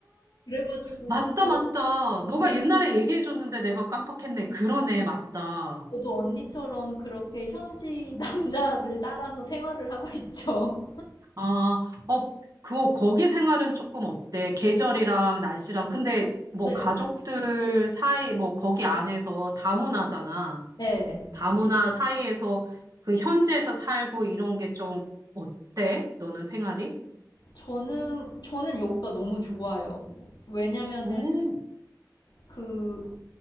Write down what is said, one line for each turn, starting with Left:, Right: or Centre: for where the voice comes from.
Left: 그래가지고
Right: 맞다,
Left: 저도,
Right: 맞다. 너가
Left: 네,
Right: 옛날에 얘기해줬는데 내가 깜빡했네. 그러네, 맞다.
Left: 저도 언니처럼 그렇게 현지 <laughs> 남자를 따라서 생활을 하고 있죠.
Right: 아, 어, 그거, 거기 생활은 조금 어때? 계절이랑 날씨랑. 근데 뭐
Left: 네,
Right: 가족들 사이, 뭐 거기 안에서 다문화잖아.
Left: 네.
Right: 다문화 사이에서 그 현지에서 살고 이런 게 좀 어때? 너는 생활이?
Left: 저는, 저는 여기가 너무 좋아요. 왜냐면은
Right: 오,
Left: 그